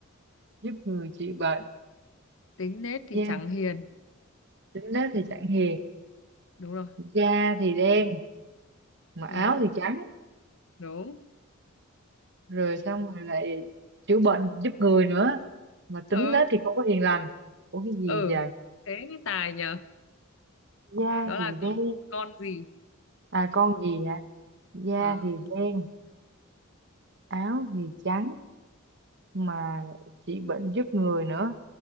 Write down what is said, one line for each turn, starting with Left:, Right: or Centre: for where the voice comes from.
Right: giúp người trị bệnh
Left: tính nết thì
Right: da
Left: chẳng hiền
Right: tính nết thì chẳng hiền
Left: đúng rồi
Right: da thì đen mà áo
Left: đúng
Right: thì trắng
Left: đúng
Right: rồi xong rồi lại chữa bệnh giúp người nữa mà tính
Left: ừ
Right: đó thì không có hiền lành ủa cái gì
Left: ừ
Right: vậy
Left: thế mới tài nhở
Right: da
Left: đó là
Right: thì đen
Left: con con gì
Right: à con gì hả da
Left: ờ
Right: thì đen áo thì trắng mà trị bệnh giúp người nữa